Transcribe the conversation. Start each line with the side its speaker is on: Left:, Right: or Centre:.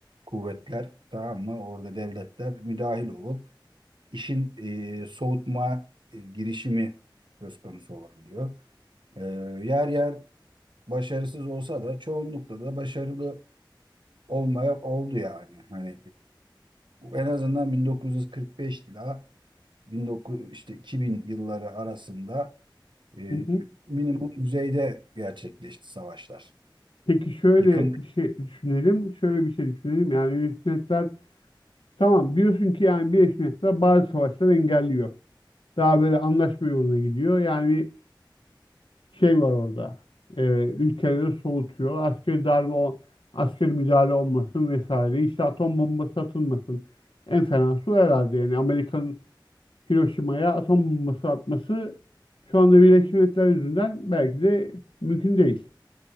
Right: kuvvetler tamam mı? Orada devletler müdahil olup işin e, soğutma e, girişimi söz konusu olabiliyor. E, yer yer başarısız olsa da çoğunlukla da başarılı olmaya oldu yani. Hani e, en azından 1945 ile 19 işte 2000 yılları arasında e,
Left: Hı hı.
Right: minimum düzeyde gerçekleşti savaşlar.
Left: Peki şöyle
Right: Yıkım
Left: bir şey düşünelim. Şöyle bir şey düşünelim. Yani Birleşmiş Milletler tamam biliyorsun ki yani Birleşmiş Milletler bazı savaşları engelliyor. Daha böyle anlaşma yoluna gidiyor. Yani bir şey var orada. E, ülkeleri soğutuyor. Askeri darbe, o- askeri müdahale olmasın vesaire. İşte atom bombası atılmasın. En fenası o herhalde. Yani Amerika'nın Hiroşima'ya atom bombası atması şu anda Birleşmiş Milletler yüzünden belki de mümkün değil.